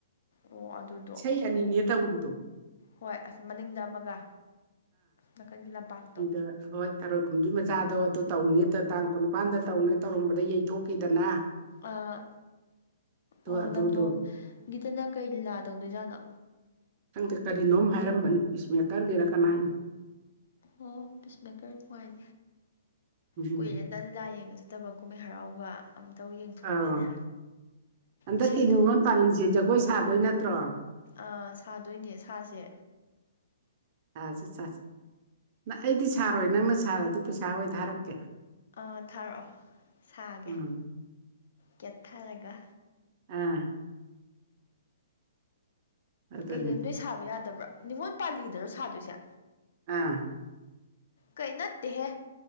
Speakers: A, on the left; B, on the right.
A: ꯑꯣ ꯑꯗꯨꯗꯣ
B: ꯏꯁꯩ ꯑꯅꯤꯅꯦ
A: ꯑꯣ
B: ꯇꯧꯔꯤꯗꯣ
A: ꯍꯣꯏ ꯑꯁ ꯃꯅꯤꯡꯗ ꯑꯃꯒ ꯅꯥꯀꯟꯒꯤ ꯂꯝꯄꯥꯛꯇꯣ
B: <unintelligible> ꯇꯔꯣꯏ ꯈꯨꯨꯝꯒꯤ ꯃꯆꯥꯗꯣ ꯑꯗꯨ ꯇꯧꯅꯦ ꯇꯥꯡ ꯀꯨꯟꯅꯤꯄꯥꯟꯗ ꯇꯧꯅꯦ ꯇꯧꯔꯝꯕꯗ ꯌꯩꯊꯣꯛꯈꯤꯗꯅ
A: ꯑꯥ
B: ꯑꯗꯣ
A: ꯑꯣ
B: ꯑꯗꯨꯗꯣ
A: ꯂꯝꯗꯣꯡꯒꯤꯗꯅ ꯀꯩ ꯂꯤꯂꯥ ꯇꯧꯗꯣꯏꯖꯥꯠꯅꯣ
B: ꯈꯪꯗꯦ ꯀꯔꯤꯅꯣꯝ ꯍꯥꯏꯔꯝꯕꯅꯤ ꯄꯤꯁ ꯃꯦꯀꯔꯒꯤꯅ ꯀꯅꯥꯏꯅꯣ
A: ꯑꯣ ꯄꯤꯁꯃꯦꯀꯔ ꯅꯨꯡꯉꯥꯏ
B: ꯎꯝ
A: ꯀꯨꯏꯔꯦ ꯇ ꯂꯤꯂꯥ ꯌꯦꯡꯕ ꯆꯠꯇꯕ ꯀꯨꯝꯍꯩ ꯍꯔꯥꯎꯒ ꯑꯝꯇꯕꯨ ꯌꯦꯡꯊꯣꯛꯀꯦꯅꯦ
B: ꯑꯧ ꯍꯟꯗꯛꯀꯤ
A: ꯏꯁꯩ
B: ꯅꯤꯉꯣꯜ ꯄꯥꯜꯂꯤꯁꯦ ꯖꯒꯣꯏ ꯁꯥꯗꯣꯏ ꯅꯠꯇ꯭ꯔꯣ
A: ꯑꯥ ꯁꯥꯗꯣꯏꯅꯦ ꯁꯥꯁꯦ
B: ꯁꯥꯁꯤ ꯁꯁꯤ ꯅꯪ ꯑꯩꯗꯤ ꯁꯥꯔꯣꯏ ꯅꯪꯅ ꯁꯥꯔꯗꯤ ꯄꯩꯁꯥ ꯑꯣꯏ ꯊꯥꯔꯛꯀꯦ
A: ꯑꯥ ꯊꯥꯔꯛꯑꯣ ꯁꯥꯒꯦ
B: ꯎꯝ
A: ꯀꯦꯠꯊꯥꯔꯒ
B: ꯎꯨꯝ ꯑꯗꯨꯅꯤ
A: ꯀꯩꯒꯤꯟ ꯅꯣꯏ ꯁꯥꯕ ꯌꯥꯗꯕ꯭ꯔꯥ ꯅꯤꯉꯣꯜ ꯄꯥꯜꯂꯤꯗꯔꯣ ꯁꯥꯗꯣꯏꯁꯦ
B: ꯑꯥ
A: ꯀꯩꯩ ꯅꯠꯇꯦꯍꯦ